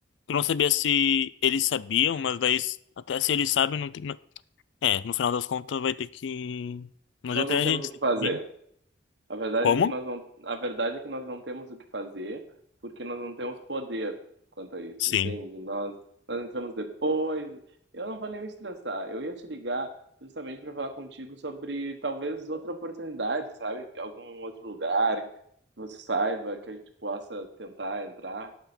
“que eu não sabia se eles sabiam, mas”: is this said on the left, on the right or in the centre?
Left